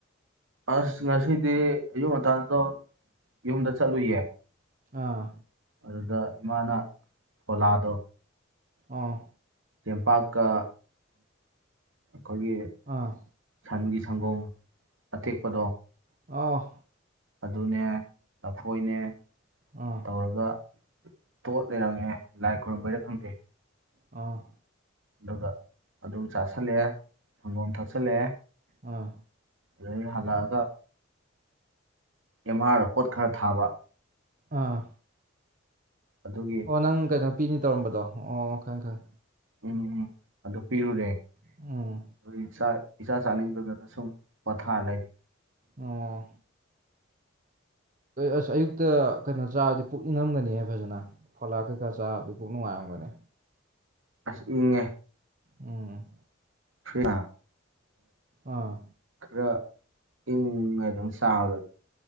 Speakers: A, on the right; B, on the right.
A: ꯑꯁ ꯉꯁꯤꯗꯤ ꯑꯌꯨꯛ ꯉꯟꯗꯣ ꯌꯨꯝꯗ ꯆꯠꯂꯨꯌꯦ
B: ꯑꯥ
A: ꯑꯗꯨꯗ ꯏꯃꯥꯅ ꯐꯣꯂꯥꯗꯣ
B: ꯑꯥ
A: ꯇꯦꯡꯄꯥꯛꯀꯪ ꯑꯩꯈꯣꯏꯒꯤ
B: ꯑꯥ
A: ꯁꯒꯤ ꯁꯪꯒꯣꯝ ꯑꯇꯦꯛꯄꯗꯣ
B: ꯑ
A: ꯑꯗꯨ ꯑꯗꯨꯅꯦ ꯅꯐꯣꯏꯅꯦ
B: ꯑꯥ
A: ꯇꯧꯔꯒ ꯇꯣꯠ ꯂꯩꯔꯃꯦꯦ ꯂꯥꯏ ꯈꯔꯕꯦ ꯊꯪꯗꯦ
B: ꯑ
A: ꯑꯗꯨꯒ ꯑꯗꯨꯝ ꯆꯥꯥꯁꯜꯂꯛꯑꯦ ꯁꯪꯒꯣꯝ ꯊꯛꯆꯜꯂꯛꯑꯦ
B: ꯑꯥ
A: ꯑꯗꯗꯒꯤ ꯍꯜꯂꯛꯑꯒ ꯌꯦꯝꯍꯥꯔ ꯄꯣꯠ ꯈꯔ ꯊꯥꯕ
B: ꯑꯥ
A: ꯑꯗꯨꯒꯤ
B: ꯑꯣꯅꯪ ꯀꯩꯅꯣ ꯅꯨꯄꯤꯅꯤ ꯇꯧꯔꯝꯕꯗꯣ ꯑꯣ ꯈꯪꯑꯦ ꯈꯪꯑꯦ
A: ꯎꯝ ꯎꯝ ꯑꯗꯨ ꯄꯤꯔꯨꯔꯦ
B: ꯈꯪꯉꯦ
A: ꯑꯗꯨ ꯏꯆꯥ ꯆꯥꯅꯤꯡꯕꯒꯗ ꯁꯨꯝ ꯄꯣꯊꯥ ꯂꯩꯔꯤ
B: ꯑꯣ ꯑꯁ ꯑꯌꯨꯛꯇ ꯀꯩꯅꯣ ꯆꯥꯕꯗꯤ ꯄꯨꯛꯅꯤꯡꯉꯝꯒꯅꯤꯍ ꯐꯖꯅ ꯐꯣꯂꯥꯛ ꯀꯩꯀꯥ ꯆꯥꯕꯗꯤ ꯄꯨꯛ ꯅꯨꯡꯉꯥꯏꯔꯝꯒꯅꯤ
A: ꯑꯁ ꯏꯦ
B: ꯎꯝ
A: ꯐ
B: ꯑꯥ
A: ꯄꯨꯔꯥ ꯏꯪ ꯑꯗꯨꯝ ꯁꯥꯒꯗꯤ